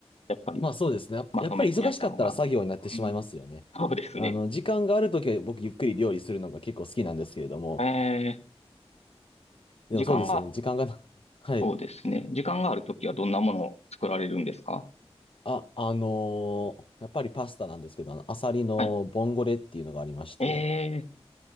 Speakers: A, on the left; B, on the left.
A: やっぱり、
B: まあそうですね。やっぱやっぱり忙しかったら作業になってしまいますよね。
A: まとめて焼いた方が、うん、そうですね。
B: あの、時間があるときは僕ゆっくり料理するのが結構好きなんですけれども、
A: え
B: でもそうですよね。
A: ー、時間が
B: 時間がな、<laughs> はい。
A: そうですね。時間があるときはどんなものを作られるんですか
B: あ、あのーやっぱりパスタなんですけど、あの、アサリのボンゴレっていうのがありまして、
A: はい。えー、